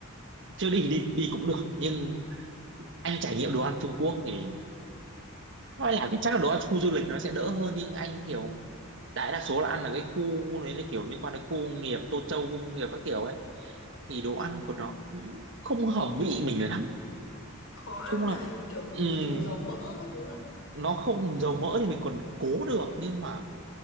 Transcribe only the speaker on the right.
chưa đi thì đi đi cũng được nhưng anh trải nghiệm đồ ăn Trung Quốc thì nói là cái- chắc là đồ ăn khu du lịch nó sẽ đỡ hơn nhưng anh kiểu đại đa số là ăn ở cái khu đấy là kiểu liên quan đến khu công nghiệp Tô Châu khu công nghiệp các kiểu ấy thì đồ ăn
của nó cũng không hợp vị mình lắm
chung
là
ừm,
nó không dầu mỡ thì mình còn cố được nhưng mà